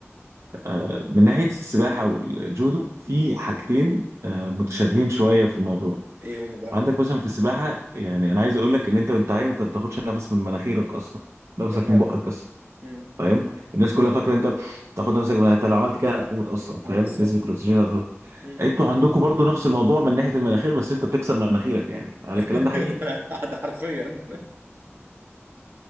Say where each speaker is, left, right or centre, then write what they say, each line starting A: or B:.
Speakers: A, on the right; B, on the right.
A: أه من ناحيه السباحه والجودو في حاجتين أه متشابهين شويه في الموضوع
B: ايه هما بقى
A: عندك مثلا في السباحه يعني انا عايز اقول لك ان انت وانت عايم انت ما بتاخدش نفس من مناخيرك اصلا نفسك
B: ده فعلا
A: من بقك بس
B: مم.
A: فاهم الناس كلها فاكره انت بتاخد نفسك من... انت لو عملت كده
B: لا
A: هتموت
B: طبعا
A: اصلا فاهم
B: اه بالظبط
A: نسبه الاكسجين هتخلص
B: مم.
A: انتوا عندكم برضو نفس الموضوع من ناحيه المناخير بس انت بتكسر مناخيرك يعني على
B: <laughs>
A: الكلام ده حقيقي
B: ده ده حرفيا